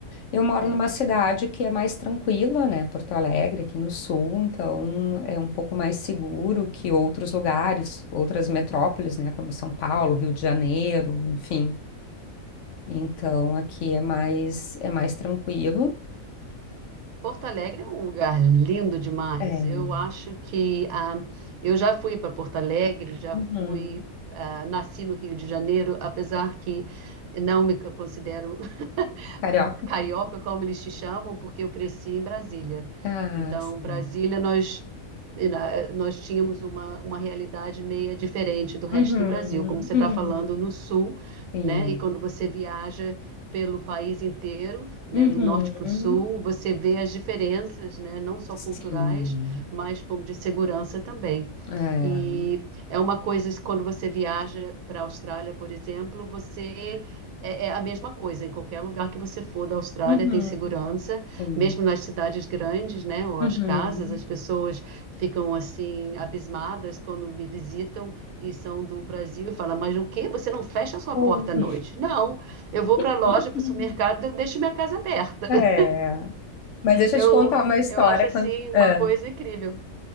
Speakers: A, on the left; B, on the right.
A: Eu moro
B: É.
A: numa cidade que é mais tranquila, né? Porto Alegre, aqui no sul, então é um pouco mais seguro que outros lugares, outras metrópoles, né? Como São Paulo, Rio de Janeiro, enfim. Então aqui é mais é mais tranquilo.
B: Porto Alegre é um lugar lindo demais.
A: É.
B: Eu acho que ah, eu já fui para Porto Alegre, já
A: Uhum.
B: fui, ah, nasci no Rio de Janeiro, apesar que não me considero
A: Carioca?
B: um carioca, como eles te chamam, porque eu cresci em Brasília.
A: Ah,
B: Então,
A: sim.
B: Brasília, nós, e na- nós tínhamos uma, uma realidade meia diferente do resto
A: Uhum,
B: do Brasil, como você
A: uhum,
B: está falando no sul,
A: sim.
B: né? E quando você viaja pelo país inteiro, né,
A: Uhum,
B: do norte para o sul, você vê as diferenças, né, não só
A: sim.
B: culturais, mas como de segurança também.
A: É.
B: E é uma coisa que quando você viaja para a Austrália, por exemplo, você é, é a mesma coisa, em qualquer lugar que você for da Austrália
A: Uhum,
B: tem segurança,
A: sim.
B: mesmo nas cidades grandes, né, ou
A: Uhum.
B: as casas, as pessoas ficam assim abismadas quando me visitam e são do Brasil e falam, mas o quê? Você não fecha a sua
A: Oh.
B: porta à noite? Não, eu vou para
A: <laughs>
B: a loja, para o supermercado, eu deixo minha casa aberta.
A: É.
B: <laughs>
A: Mas deixa
B: Eu,
A: eu te contar uma história
B: eu acho assim
A: quando.
B: uma
A: É.
B: coisa incrível.